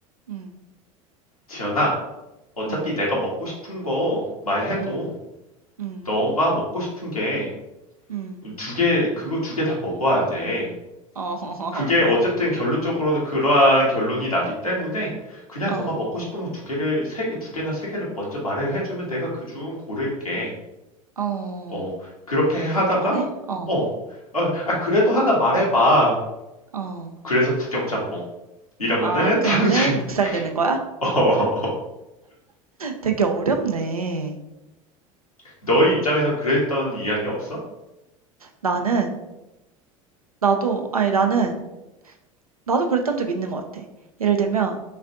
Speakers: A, on the right; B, on the left.
A: 음.
B: 지연아, 어차피
A: 음.
B: 내가 먹고 싶은 거 말해도
A: 음. 음.
B: 너가 먹고 싶은 게
A: 음.
B: 두 개, 그거 두 개 다 먹어야 돼.
A: 어.
B: 그게 어쨌든
A: <laughs> 어.
B: 결론적으로는 그러한 결론이 나기 때문에 그냥
A: 어.
B: 너가 먹고 싶은 거 두 개를 세 개, 두 개나 세 개를 먼저 말을 해주면 내가 그 중 고를게.
A: 어.
B: 어, 그렇게 하다가
A: 그렇게 말해? 어.
B: 어, 어, 아, 그래도 하나 말해봐.
A: 어.
B: 그래서 북경짬뽕 이러면은
A: 아 근데
B: 탕수육.
A: 묵살되는
B: <laughs>
A: 거야?
B: 어,
A: 되게 어렵네.
B: 너희 입장에선 그랬던 이야기 없어?
A: 나는 나도 아니 나는 나도 그랬던 적 있는 것 같아. 예를 들면